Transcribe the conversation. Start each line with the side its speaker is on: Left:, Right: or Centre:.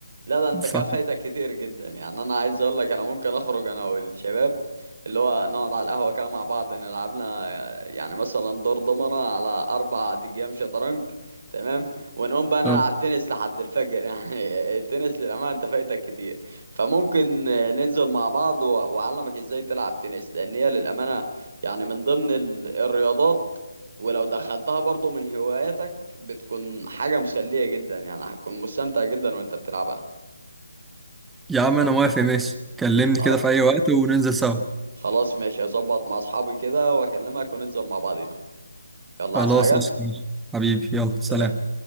Right: لا ده انت
Centre: ف
Right: كده فايتك كتير جدا يعني انا عايز اقول لك انا ممكن اخرج انا والشباب اللي هو نقعد على القهوه كده مع بعض نلعب لنا يعني مثلا دور ضمنه على اربع ايام شطرنج تمام ونقوم بقى نلعب
Centre: آه.
Right: تنس لحد الفجر <laughs> يعني التنس للامانه انت فايتك كتير فممكن ننزل مع بعض و- واعلمك ازاي تلعب تنس لان هي للامانه يعني من ضمن ال- الرياضات ولو دخلتها برضو من هواياتك بتكون حاجة مسلية جدا يعني هتكون مستمتع جدا وانت بتلعبها
Centre: يا عم أنا موافق ماشي كلمني
Right: خل-
Centre: كده في أي وقت وننزل سوا
Right: خلاص ماشي هظبط مع اصحابي كده واكلمك وننزل مع بعضينا يلا
Centre: خلاص
Right: عايز حاجة
Centre: قشطة. حبيبي يلا
Right: سلام
Centre: سلام